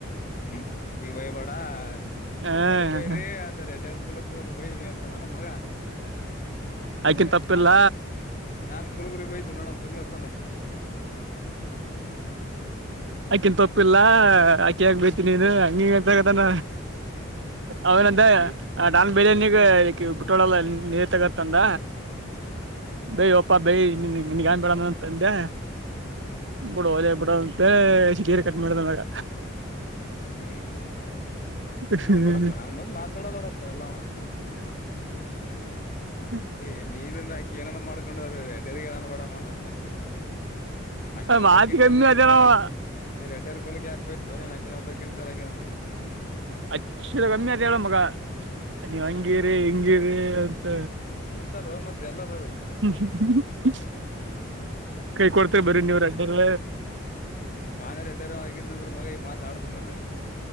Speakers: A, on the left (about 40°); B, on the right (about 60°).
A: ಹ್ಮ್ ಈ ವೈಬಾಡ
B: ಹ
A: ಅಂತರ್ ವೈರಿ ಅಂತಡಾರ್ ಕುಲಕ್ಕ ಬೈನಿ ಅಂತ ನನ್ನ ಮಗ ಮತ್ತೆ
B: ಆಕಿನ್ ತಪ್ಪಿಲ್ಲ
A: ನಾನು ನಾನ್ ಕುಲಗುರಿಗೆ ಬಯ್ತೆನ ನೋಡಮ್ ಸುಮ್ಮನೆ ಇರ್ತಾನಂತೆ
B: ಆಕನ್ ತಪ್ಪಿಲ್ಲ ಕಕ್ ಬತಿ ನೀನು ಹಂಗಿಂಗ ಅಂತಕ್ಕತಾನ ಅವನದ
A: ಈ
B: ಡಾನ್ ಬಿರಿಯಾನಿಿಗೆ ಲ್ಲ ನೇತಗತಂದ ಬೈಯ ಒಪ್ಪ ಬೈ ನಿ ನಿಗಿ ಬಿೇಡಂತಂದೆ ಬಿಡ ಅದೇ ಬಿಡ ಅಂತ ಸಿಟೀರ್ ಕಟ್ ಮಾಡಿದಾಗ
A: ಹ್ಮ್
B: ಹ್ಮ್ಮ
A: ನನ್ ಕೂಡ
B: ಹ್ಮ್
A: ನನ್ ಮುಂದ್ ಮಾತಾಡಲ್ಲೋಡ ಅಂತವೆಲ್ಲ ಅವ
B: ಹ
A: ಏ ನೀನಿಂದ ಆಾಕಿ ಏನ ಮಾಡ್ಕೊಂಡ್ರ ೇಾನ ಬಡಣನ ಅಜ್ಜಿ ಆಾಕಿನೊಬ್ಬ
B: ಮಾತಿ
A: ಕಿನ್ಲಿ
B: ಕಮ್ಮಿ
A: ಅಂದ್ರ
B: ಅದೇನವ
A: ನೀನ್ ರೆಡ್ರ್ ಕೋಲಿಕ್ಕೆ ಹಾಕ್ಯ್ ನೀನ್ಕಿನೊಬ್ಬ ಕಿನ್ ಸರ್ ಆಗ ನಾನು
B: ಹಚ್ಚಿದ ಕಮ್ಮಿ ಅತ್ ಹೇಳ ಮಗ ನೀವ್ ಹಂಗಿರಿ ಹಂಗಿರಿ ಅಂತ
A: ಇತಾರ ಮತ್ತೆ ಎಲ್ಲರ
B: ಹ್ಮ ಕೈ ಕೊಡ್ತ ಬರ ನೀವ್ರಲ್ಲ
A: ನಾೆ ದಡ್ಡರ ಆಗಿದ ಅಂದ್ರ ಮಗ ಈ ಮಾತ ಆಡತನಾನ